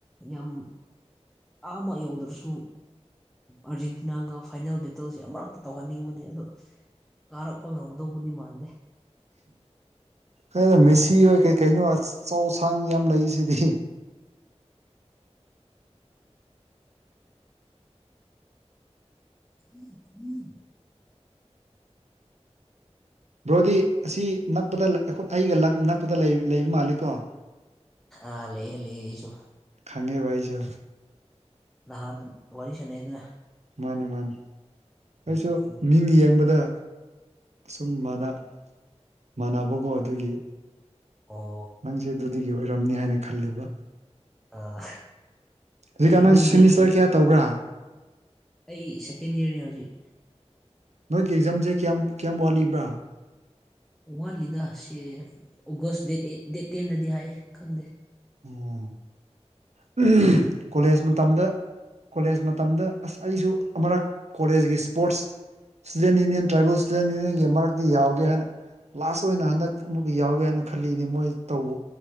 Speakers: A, in the centre; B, on the right.
A: ꯌꯥꯝ ꯑꯥꯃꯛ ꯌꯥꯎꯗꯔꯁꯨ꯫ ꯑꯥꯔꯖꯦꯟꯇꯤꯅꯥꯒ ꯐꯥꯏꯅꯦꯜ ꯕꯦꯇꯜꯁꯦ ꯑꯃꯨꯔꯛꯇꯤ ꯇꯧꯍꯟꯅꯤꯡꯕꯅꯦ ꯑꯗꯣ꯫ ꯀꯥꯔꯛꯄ ꯉꯝꯒꯗꯧꯕꯗꯤ ꯃꯥꯟꯗꯦ꯫
B: ꯍꯗ ꯃꯦꯁꯤ ꯑꯣꯏ ꯀꯩ ꯀꯩꯅꯣ ꯑꯆꯧ ꯑꯁꯥꯡ ꯌꯥꯝ ꯂꯩꯁꯤꯗꯤ꯫
A: <inaudible>
B: ꯕ꯭ꯔꯣꯗꯤ ꯑꯁꯤ ꯅꯛꯄꯗ ꯑꯩꯈ ꯑꯩꯒ ꯅꯛꯄꯗ ꯂꯩꯕ ꯃꯥꯜꯂꯤꯀꯣ꯫
A: ꯑꯥ ꯂꯩꯌꯦ ꯂꯩꯌꯦ ꯑꯩꯁꯨ
B: ꯈꯪꯉꯦꯕ ꯑꯩꯁꯨ
A: ꯅꯍꯥꯟ ꯋꯥꯔꯤ ꯁꯥꯟꯅꯩꯗꯨꯅ
B: ꯃꯥꯅꯤ ꯃꯥꯅꯤ ꯑꯩꯁꯨ
A: ꯑꯗꯨꯅꯦ
B: ꯃꯤꯡ ꯌꯦꯡꯕꯗ ꯁꯨꯝ ꯃꯥꯟꯅ ꯃꯥꯟꯅꯕꯀꯣ ꯑꯗꯨꯒꯤ
A: ꯑꯣ
B: ꯅꯪꯁꯦ ꯑꯗꯨꯗꯒꯤ ꯑꯣꯏꯔꯝꯅꯤ ꯍꯥꯏꯅ ꯈꯜꯂꯨꯕ
A: ꯑꯥ
B: ꯍꯧꯖꯤꯛꯀꯥꯟ
A: ꯑꯩ ꯑꯗꯨꯒꯤꯅꯦ
B: ꯅꯪ ꯁꯤꯃꯤꯁꯇꯔ
A: <unintelligible>
B: ꯀꯌꯥ ꯇꯧꯕ꯭ꯔꯥ
A: ꯑꯩ ꯁꯦꯀꯦꯟ ꯏꯌꯔꯅꯤ ꯍꯧꯖꯤꯛ
B: ꯅꯣꯏꯒꯤ ꯑꯦꯛꯖꯥꯝꯖꯦ ꯀꯌꯥꯝ ꯀꯌꯥꯝ ꯋꯥꯠꯂꯤꯕ꯭ꯔꯥ
A: ꯋꯥꯠꯂꯤꯗ ꯁꯦ ꯑꯣꯒꯁ ꯗꯦꯠ ꯑꯦꯠ ꯗꯦꯠ ꯇꯦꯟꯗꯗꯤ ꯍꯥꯏ ꯈꯪꯗꯦ
B: ꯑꯣ <unintelligible> ꯀꯣꯂꯦꯖ ꯃꯇꯝꯗ ꯀꯣꯂꯦꯖ ꯃꯇꯝꯗ ꯑꯁ ꯑꯩꯁꯨ ꯑꯃꯨꯔꯛ ꯀꯣꯂꯦꯖꯀꯤ sports student union tribal student ꯌꯨꯅꯤꯌꯟꯒꯤ ꯃꯔꯛꯇ ꯌꯥꯎꯒꯦ ꯍꯥꯏꯅ ꯂꯥꯁ ꯑꯣꯏꯅ ꯍꯟꯗꯛ ꯑꯃꯨꯛꯀ ꯌꯥꯎꯒꯦ ꯍꯥꯏꯅ ꯈꯜꯂꯤꯅꯤ ꯃꯣꯏ ꯇꯧꯕ